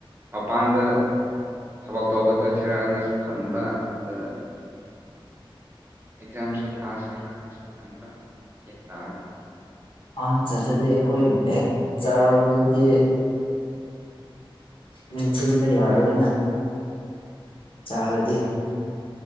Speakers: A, on the right; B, on the left.
A: ꯃꯄꯥꯟꯗ ꯊꯕꯛ ꯇꯧꯕ ꯆꯠꯁꯤꯔꯛꯑꯅꯁꯨ ꯈꯟꯕ ꯑ ꯑꯦꯛꯖꯥꯝꯁꯨ ꯊꯥꯁꯤꯔꯥꯅꯁꯨ ꯈꯟꯕ ꯌꯦꯇꯥꯗ
B: ꯑꯆꯥ ꯑꯗꯨꯗꯤ ꯑꯩꯈꯣꯏ ꯦꯛꯆꯥ ꯑꯗꯨꯗꯤ ꯃꯡꯁꯤꯟꯕ ꯌꯥꯔꯣꯏꯅ ꯆꯥꯔꯗꯤ